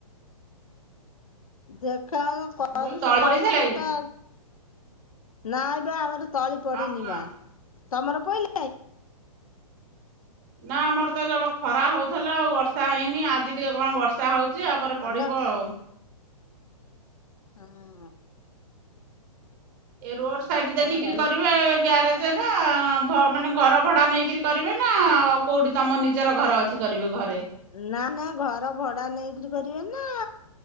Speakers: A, on the left (about 65°); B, on the right (about 30°).
A: ଦେଖା କରୁଛୁ
B: ମୁଁ କହିଲି ତଳି
A: କରିବେ
B: ପଡି ସାରିଲାଣି
A: ତ ନାଇବେ ଆମର ତଳି ପଡିନି
B: ହଁ ହଁ
A: ବା ତ <unintelligible>
B: ନା ଆମର ତବ ଖରା ହଉଥିଲା ଆଉ ବର୍ଷା ହେଇନି ଆଜି ଟିକେ କଣ ବର୍ଷା ହଉଛି ଆପରେ ପଡିବ
A: ନା
B: ଆଉ।
A: ହଁ।
B: ଏ ରୋଡ
A: ଆଉ
B: ସାଇଡ ଦେଖିକିରି
A: କଣ
B: କରିବେ ଗ୍ୟାରେଜ। ଜଗା ମାନେ ଘର ଭଡ଼ା ନେଇକରି କରିବେ ନା ଆଉ କୋଉଠି ତମ ନିଜର ଘର ଅଛି କରିବେ ଘରେ।
A: ନା ନା ଘର ଭଡା ନେଇକିରି କରିବେ ନା